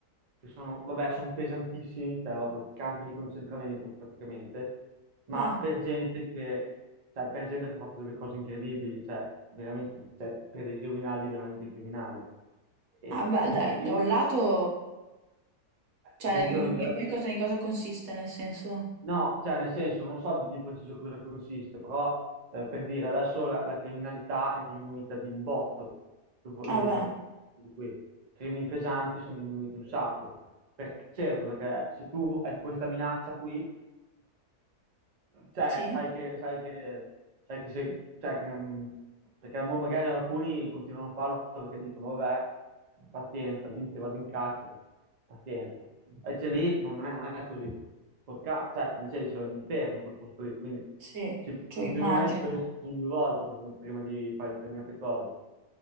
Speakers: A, on the right (about 85°); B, on the right (about 65°).
A: che sono, vabbè, sono pesantissimi, cioè proprio campi di concentramento praticamente, ma
B: Ah,
A: per gente che, cioè, per gente che ha fatto delle cose incredibili, cioè veramente, cioè, per dei criminali veramente criminali. E,
B: ah,
A: e
B: beh,
A: questi
B: dai,
A: qui
B: da un lato... Cioè,
A: buttano
B: in-
A: via
B: e
A: la
B: poi
A: via.
B: cosa, in cosa consiste, nel senso...
A: No, cioè nel senso, non so di, di preciso cosa consiste, però eh, per dire adesso la, la criminalità è diminuita di un botto, dopo,
B: Ah,
A: dopo
B: beh,
A: che ho fatto tutto questo. I crimini pesanti sono diminuiti un sacco. Perché, certo, perché se tu hai questa minaccia qui, cioè,
B: sì,
A: sai che, sai che, sai che se, cioè, che, mh, perché mo magari alcuni continuano a farlo perché dicono, vabbè, pazienza, dimmi che vado in carcere, pazienza. Invece lì non non è, non è così. Porca- cioè, nel senso, è un inferno quel posto lì, quindi
B: sì,
A: ci-
B: cioè
A: i
B: immagino.
A: criminali ci pensano due volte pr- prima di fare determinate cose.